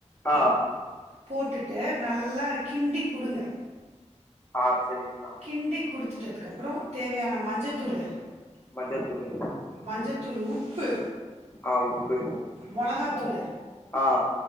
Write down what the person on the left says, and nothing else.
அ
ஆ சரிங்க்கா
மஞ்சத்தூளு
ஆ உப்பு
ஆ